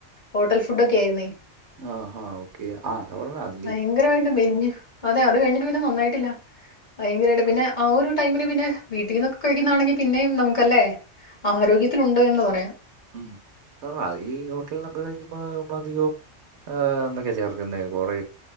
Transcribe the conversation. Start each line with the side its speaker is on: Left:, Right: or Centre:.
Left: ഹോട്ടൽ ഫുടൊക്കെ ആയിരുന്നു
Right: ആ ഹ ഓ കെ ആ <unintelligible>
Left: ഭയങ്കരായിട്ട് മെലിഞ്ഞ് അതെ അത് കഴിഞ്ഞിട്ട് പിന്നെ നന്നായിട്ടില്ല ഭയങ്കരായിട്ട് പിന്നെ ആ ഒരു ടൈമില് പിന്നെ വീട്ടീന്നൊക്കെ കഴിക്കുന്നാണെങ്കി പിന്നെയും നമുക്കല്ലേ ആരോഗ്യത്തിനുണ്ട് എന്ന് പറയ
Right: ഉം ഈ ഹോട്ടൽനൊക്കെ കഴിക്കുമ്പോ നമ്മളധികവും ഏ ന്തൊക്കെ ചേർക്കുന്നെ കുറേ